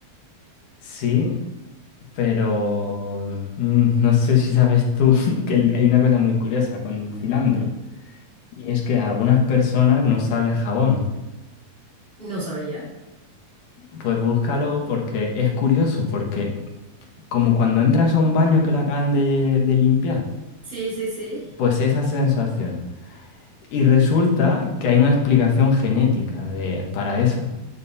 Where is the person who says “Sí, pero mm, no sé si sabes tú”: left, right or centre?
Left